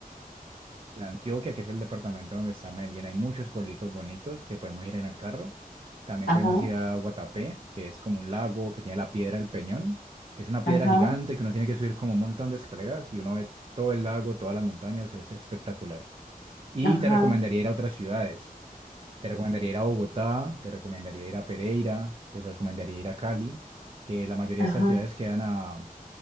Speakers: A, on the right (about 40°); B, on the left (about 70°).
A: de Antioquia, que es el departamento donde está Medellín, hay muchos pueblitos bonitos que podemos ir en el carro. También
B: ajá,
A: podemos ir a Guatapé, que es como un lago que tiene la piedra del Peñón, que es una
B: ajá,
A: piedra gigante que uno tiene que subir como un montón de escaleras y uno ve todo el lago, todas las montañas, es espectacular. Y
B: ajá,
A: te recomendaría ir a otras ciudades. Te recomendaría ir a Bogotá, te recomendaría ir a Pereira, te recomendaría ir a Cali, que la mayoría
B: ajá,
A: de estas ciudades quedan a,